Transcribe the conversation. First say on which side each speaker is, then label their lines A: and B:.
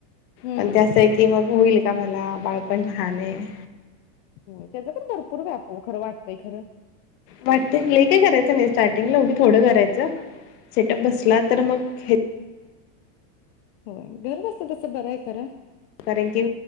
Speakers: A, on the left (about 50°); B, on the left (about 65°).
A: हं,
B: पण
A: हं,
B: ते अस
A: हं.
B: आहे की मग होईल. का मला बाळ पण लहान आहे.
A: हो त्याच पण भरपूर व्याप हो खरं वाटतंय खरं
B: वाटतय लय काय करायचं नाही स्टार्टिंगला उभी थोडं करायचं सेटअप
A: हं,
B: बसला
A: हं.
B: तर मग हे
A: होय घर बसलं तस बरं आहे खरं
B: कारण की